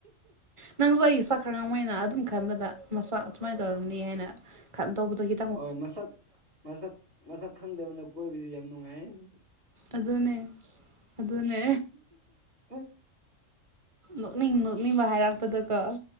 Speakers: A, on the right; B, on the right.
A: ꯅꯪꯁꯨ ꯑꯩ ꯆꯥꯛ ꯈꯪꯉꯝꯕꯣꯏꯅ ꯑꯗꯨꯝ ꯈꯟꯕꯗ ꯃꯁꯥꯛ ꯑꯗꯨꯃꯥꯏꯅ ꯇꯧꯔꯝꯅꯤ ꯍꯥꯏꯅ ꯈ ꯇꯧꯕꯗꯒꯤ
B: ꯍꯣꯏ ꯃꯁꯛ ꯃꯁꯛ ꯃꯁꯛ ꯈꯪꯗꯕꯅ ꯀꯣꯏꯕꯁꯤ ꯌꯥꯝ ꯅꯨꯡꯉꯥꯏ ꯍꯥꯏꯅꯤ
A: ꯑꯗꯨꯅꯦ ꯑꯗꯨꯅꯦ
B: ꯎꯝ
A: ꯅꯣꯛꯅꯤꯡ ꯅꯣꯛꯅꯤꯡꯕ ꯍꯥꯏꯔꯛꯄꯗꯀꯣ